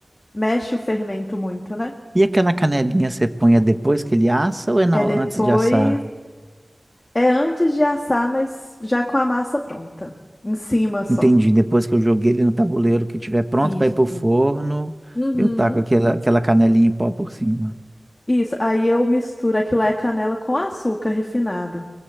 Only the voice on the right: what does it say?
E aquela canelinha você põe é depois que ele assa ou é na-
antes de assar?
Entendi. Depois que eu joguei ele no tabuleiro, que tiver pronto
para ir pro forno,
eu taco aquela, aquela canelinha em pó por cima.